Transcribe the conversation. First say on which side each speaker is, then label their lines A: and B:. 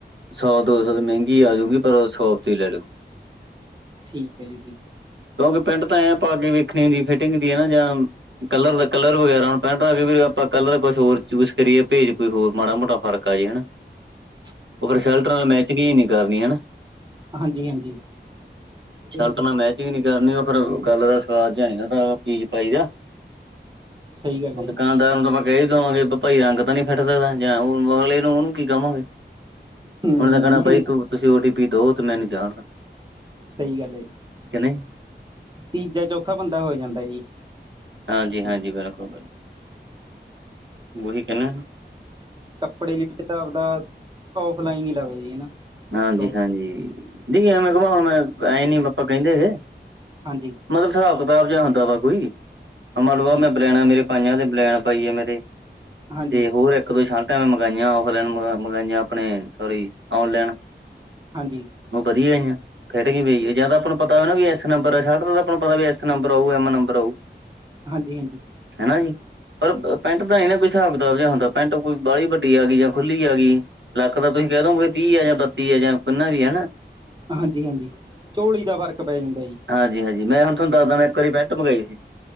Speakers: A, on the right; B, on the right.
A: ਸੌ ਦੋ ਸੌ ਮੇਂਗੀ ਆਜੂਗੀ ਪਰ ਸ਼ੋਪ ਤੋਂ ਹੀ ਲੋ।
B: ਠੀਕ ਐ ਜੀ ਬਿਲਕੁਲ।
A: ਕਿਉਂਕਿ ਪੈਂਟ ਤਾਂ ਐਂ ਪਾ ਕੇ ਵੇਖਣੀ ਹੁੰਦੀ ਫਿਟਿੰਗ ਦੀ ਹੈ ਨਾ <unintelligible> ਕਲਰ ਦਾ ਕਲਰ ਵਗੈਰਾ ਹੁਣ ਪੈਂਟ ਦਾ ਆਪਾਂ ਕਲਰ ਕੁਛ ਹੋਰ ਚੂਜ ਕਰੀਏ ਭੇਜ ਕੋਈ ਹੋਰ ਮਾੜਾ ਮੋਟਾ ਫਰਕ ਆ ਜੇ ਹਨਾ।
B: ਹਮ <inaudible>
A: ਓ ਫੇਰ ਸ਼ਲਟ ਨਾਲ ਮੈਚਿੰਗ ਜੀ ਨੀ ਕਰਨੀ ਹਨਾ।
B: ਹਾਂਜੀ-ਹਾਂਜੀ <unintelligible>
A: ਸ਼ਰਟ ਨਾਲ ਮੈਚਿੰਗ ਨੀ ਕਰਨੀ ਉਹ ਫਿਰ ਗੱਲ ਦਾ ਸੁਆਦ ਜਾ ਆਂਦਾ ਚੀਜ਼ ਪਾਈ ਦਾ।
B: ਸਹੀ ਗੱਲ
A: ਹੁਣ
B: ਹੈ
A: ਦੁਕਾਨ
B: ਜੀ
A: ਤੁਹਾਨੂੰ ਨੂੰ ਤਾ ਆਪਾ ਕਹਿ ਹੀ ਦੇਵਾਂਗੇ ਭਾਈ ਰੰਗ ਤਾ ਨੀ ਫਿਟ ਦਾ ਇਹ ਦਾ ਜਾਂ ਉਹ ਅਗਲੇ ਨੂੰ ਉਨੂੰ ਕੀ ਕਵਾਗੇ।
B: ਹੂੰ
A: ਉਨੇ ਕਹਿਣਾ ਬਾਈ
B: ਇਹ
A: ਤੂੰ ਤੁਸੀਂ ਓਟੀ ਪੀ ਦੋ ਤੇ ਮੈਨੂੰ ਜਾਣ ਦੋ।
B: ਸਈ ਗੱਲ ਐ ਜੀ।
A: <unintelligible>
B: ਤੀਜਾ ਚੌਥਾ ਬੰਦਾ ਹੋ ਜਾਂਦਾ ਜੀ।
A: ਹਾਂਜੀ-ਹਾਂਜੀ
B: ਵਿੱਚ
A: ਬਿਲਕੁਲ ਬਿਲ ਉਹੀ ਕੇਨਾ ਓਨੂ।
B: ਕੱਪੜੇ ਲੀੜੇ ਤਾਂ ਆਪਦਾ ਔਫਲਾਈਨ ਹੀ ਲਵੇ ਜੀ ਹਨਾ।
A: ਹਾਂਜੀ-ਹਾਂਜੀ
B: ਸ਼ੋਪ
A: ਨੀ ਐਵੇ ਕਵਾ ਹੁਣ ਐ ਨੀ ਆਪਾ ਕੇੰਦੇ ਗੇ।
B: ਹਾਂਜੀ
A: ਮਤਲਬ ਸਾਬ ਕਤਾਬ ਜਾਂ ਹੁੰਦਾ ਵਾ ਕੋਈ। ਮੰਨ ਲਵੋ
B: ਠੀਕ
A: ਆ ਮੈਂ ਬਲੈਣਾ ਮੇਰੇ ਪਾਈਆਂ ਤੇ ਬਲੈਣ ਪਾਈ ਆ ਮੇਰੇ
B: ਹਾਂਜੀ
A: ਤੇ ਹੋਰ ਇੱਕ ਦੋ ਸ਼ਲ ਮੰਗਾਈਆਂ ਔਫਲਾਈਨ ਮੰਗਾਈਆਂ ਆਪਣੇ ਸੋਰੀ ਔਨਲੇਨ।
B: ਹਾਂਜੀ
A: ਓ ਵਧੀਆ ਆਈਆਂ। ਖਿਟ ਗਈ ਬਈਏ ਜਾਂ ਤਾਂ ਆਪਾਂ ਪਤਾ ਹੋ ਨਾ ਵੀ ਇਸ ਨੰਬਰ ਸ਼ਲਟ ਤਾਂ ਆਪਾਂ ਪਤਾ ਵੀ ਐਸ ਨੰਬਰ ਆਊ ਐਮ ਨੰਬਰ ਆਊ।
B: ਹਾਂਜੀ-ਹਾਂਜੀ।
A: ਹਨਾ ਜੀ, ਪਰ ਪੈਂਟ ਦਾ ਐ ਨਾ ਬਈ ਹਸਾਬ ਕਤਾਬ ਜਿਹਾ ਹੁੰਦਾ ਪੈਂਟ ਕੋਈ ਬਾਲੀ ਵੱਡੀ ਆਗੀ ਯਾ ਖੁੱਲੀ ਆ ਗੀ। ਲੱਕ ਦਾ ਤੁਸੀਂ ਕਹਿ ਦੋ ਕੋਈ ਤੀਹ ਆ ਯਾ ਬੱਤੀ ਆ ਯਾ ਕੁਨਾ ਵੀ ਹੈ ਨਾ।
B: ਹਾਂਜੀ-ਹਾਂਜੀ ਚੋੜੀ ਦਾ ਫਰਕ ਪੈ ਜਾਂਦਾ ਜੀ।
A: ਹਾਂਜੀ-ਹਾਂਜੀ ਮੈਂ ਹੁਣ ਤੂਨ ਦੱਸਦਾ ਮੈਂ ਇੱਕ ਵਾਰੀ ਪੈਂਟ ਮੰਗਾਈ ਸੀ।